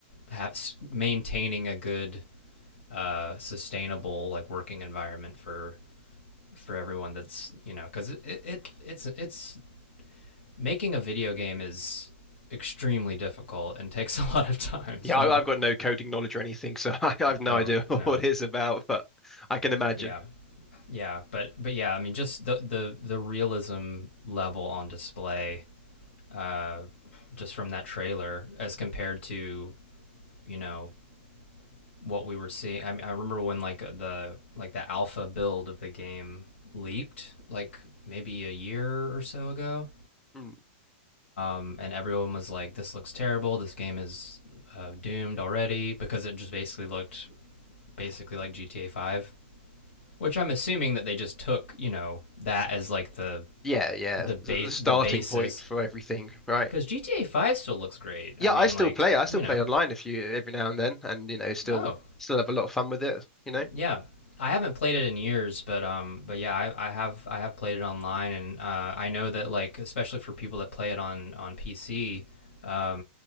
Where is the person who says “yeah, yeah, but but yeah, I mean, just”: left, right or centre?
Left